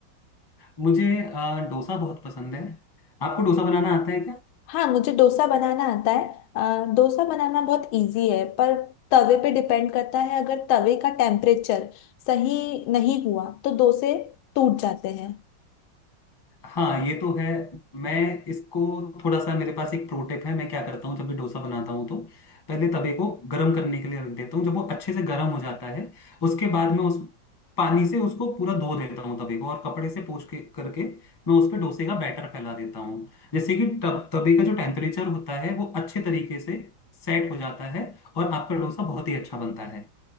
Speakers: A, on the left (about 20°); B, on the left (about 85°).
A: मुझे अ, डोसा बहुत पसंद है आपको डोसा बनाना आता है
B: हाँ मुझे डोसा बनाना आता है अ, डोसा बनाना बहुत इजी है पर तवे पे डिपेंड करता है अगर तवे का टेम्परेचर सही नहीं हुआ तो डोसे टूट जाते हैं
A: हाँ ये तो है मैं इसको थोड़ा सा मेरे पास एक प्रो टिप है मैं क्या करता हूँ जब भी डोसा बनाता हूँ तो पहले तवे को गर्म करने के लिए रख देता हूँ जब वो अच्छे से गर्म हो जाता है उसके बाद मैं उस पानी से उसको पूरा धो देता हूँ तवे को और कपड़े से पोंछ के करके मैं उस पर डोसे का बैटर फैला देता हूँ जैसे कि तब तवे का जो टेम्परेचर होता है वो अच्छे तरीके से सेट हो जाता है और आपका डोसा बहुत ही अच्छा बनता है